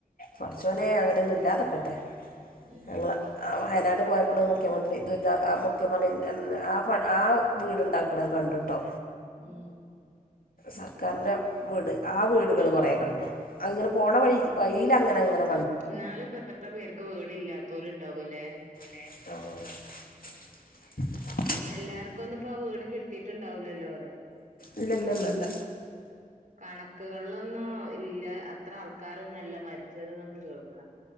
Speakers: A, on the left; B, on the right.
A: പടച്ചോനെ അങ്ങനൊന്നുംഇല്ലാതൊക്കട്ടെ
B: ഉം
A: ഞങ്ങ ആ വയനാട്ട <unintelligible> മുഖ്യമന്ത്രി <unintelligible> ആ ആ വീടുണ്ടാക്കണ കണ്ടട്ടോ
B: ഉം
A: സർക്കാരിന്റെ വീട് ആവീടുകള്കൊറെ
B: ആഹ്
A: കണ്ടു അങ്ങനെപോണവഴി വഴിലങ്ങനെങ്ങനെ
B: എന്നാലും <unintelligible> പേർക്ക് വീടല്ലാത്തോലുംണ്ടാവൂല്ലേ?
A: <inaudible>
B: എല്ലാർക്കുംഒന്ന്പ്പോ ആ വീട്കിട്ടിട്ടുണ്ടാവുലല്ലോറെ
A: ഇല്ലല്ലല്ലല്ല
B: കണക്കുകൾളൊന്നും ഇല്ല അത്രആൾക്കാരൊന്നല്ല മരിച്ചത് ന്നൊക്കെകേൾക്കാ